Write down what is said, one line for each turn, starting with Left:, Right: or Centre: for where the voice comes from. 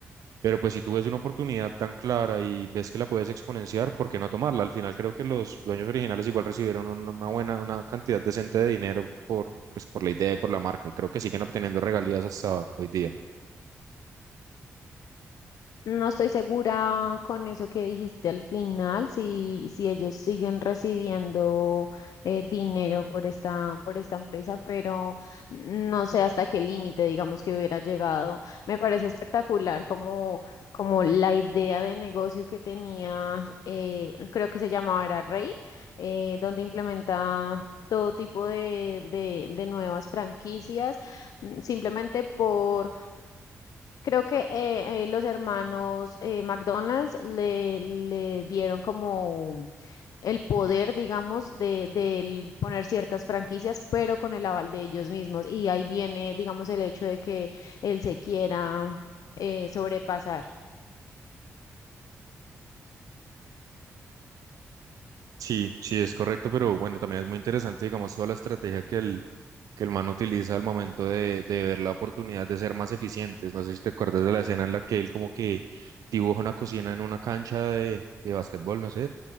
Right: Pero pues si tú ves una oportunidad tan clara y ves que la puedes exponenciar, ¿por qué no tomarla? Al final creo que los dueños originales igual recibieron una una buena, una cantidad decente de dinero por, pues, por la idea y por la marca, y creo que siguen obteniendo regalías hasta hoy día.
Left: No estoy segura con eso que dijiste al final, si, si ellos siguen recibiendo eh, dinero por esta, por esta empresa, pero no sé hasta qué límite, digamos, que hubiera llegado. Me parece espectacular como, como la idea de negocio que tenía, eh, creo que se llamaba era Rey, eh, donde implementa todo tipo de, de de nuevas franquicias, mm, simplemente por Creo que eh, eh, los hermanos eh, McDonald's le, le dieron como el poder, digamos, de, del poner ciertas franquicias, pero con el aval de ellos mismos. Y ahí viene, digamos, el hecho de que él se quiera eh, sobrepasar.
Right: Sí, sí, es correcto, pero bueno, también es muy interesante, digamos, toda la estrategia que el, que el man utiliza al momento de, de ver la oportunidad de ser más eficientes. No sé si te acuerdas de la escena en la que él como que dibuja una cocina en una cancha de, de básquetbol, no sé,